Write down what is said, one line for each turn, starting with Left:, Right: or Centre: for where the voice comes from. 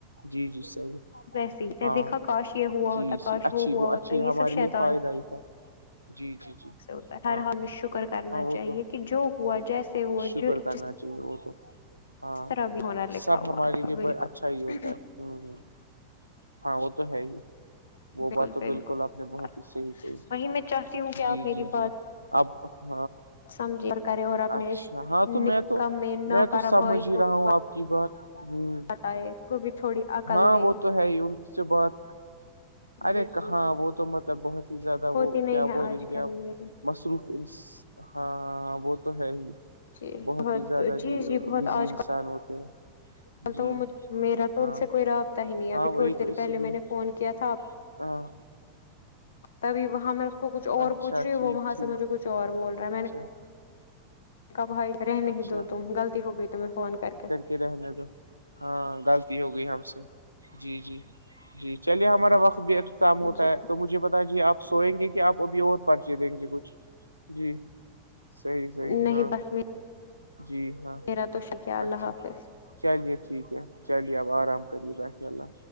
Right: جی جی صحیح
Left: ویسے ہی
Right: ہاں
Left: دیکھا کاش یہ ہوا
Right: جی
Left: ہوتا کاش
Right: جی اچھی
Left: وہ ہوا ہوتا
Right: اچھی
Left: یہ
Right: ہمارے
Left: سب شہتا
Right: لیے فائدہ ہی تھا <unintelligible>
Left: ہوتا ہر
Right: ہاں
Left: حال میں شکر کرنا
Right: ہاں وہ
Left: چاہیے
Right: تو
Left: کہ جو ہوا جیسے ہوا
Right: شکر
Left: ج
Right: کرنا چاہیے وہ تو ہاں
Left: <unintelligible>
Right: سب ہمارے
Left: تھا
Right: لیے
Left: بالکل
Right: ب اچھا ہی ہوتا ہے ہ ہاں وہ تو ہے ہی
Left: بالکل
Right: وہ بات تو بالکل آپ نے بہت
Left: بس
Right: ہی صحیح کہی
Left: وہی میں چاہتی ہوں کہ آپ
Right: جی
Left: میری
Right: جی
Left: بات
Right: جی <unintelligible>
Left: سمجھے اور کرے اور اپنے
Right: اچھا
Left: اس
Right: ہاں تو
Left: نکم
Right: میں تو
Left: نہ
Right: میں
Left: کارا
Right: تو سمجھ
Left: بھائی
Right: ہی
Left: کو
Right: رہا
Left: بھی
Right: ہوں آپ کی بات ہ
Left: بتائے اس کو بھی تھوڑی عقل
Right: ہاں
Left: دے
Right: وہ تو ہے ہی ان سے بات
Left: جی
Right: ارے
Left: جی
Right: ہاں وہ تو مطلب بہت ہی زیادہ
Left: ہوتی
Right: وہ
Left: نہیں
Right: کیا
Left: ہے
Right: بولیں
Left: آج
Right: گے
Left: کل
Right: آپ
Left: میرے
Right: مصروف ہاں وہ تو ہے ہی
Left: جی
Right: بہت ہی زیادہ
Left: جی جی بہت
Right: بزی
Left: آج
Right: انسان ہوتے ہیں
Left: کل
Right: جی
Left: تو وہج میرا تو
Right: ہاں
Left: ان سے کوئی رابطہ ہی نہیں ہے
Right: ہاں
Left: ابھی
Right: وہی
Left: تھوڑی دیر
Right: تو اسی
Left: پہلے
Right: لیے
Left: میں نے فون کیا تھا آ
Right: <unintelligible>
Left: تبھی وہاں میں اس کو کچھ اور
Right: اچھا
Left: پوچ رہی ہوں
Right: ٹھیک
Left: وہاں
Right: ٹھیک
Left: سے مجھے کچھ اور بول رہا ہے میں
Right: اچھا
Left: نے بھائی رہ نہیں
Right: اچھا
Left: دو تم غلطی ہو گئی ت میں فون کر کے
Right: کے رہنے دو ہاں غلطی ہو گئی ہم سے جی جی جی چلیے ہمارا وقت بھی اختتام ہوتا
Left: جی
Right: ہے تو مجھے بتاجے آپ سوئیں گے کیا آپ ابھی اور پرچے دیں گے کچھ جی صحیح صحیح
Left: نہیں
Right: ہاں
Left: بس
Right: جی ہاں
Left: میرا تو شکریہ اللہ
Right: اچھا
Left: حافظ
Right: چلیے ٹھیک ہے چلی ج آپ آرام کریے باشاء اللہ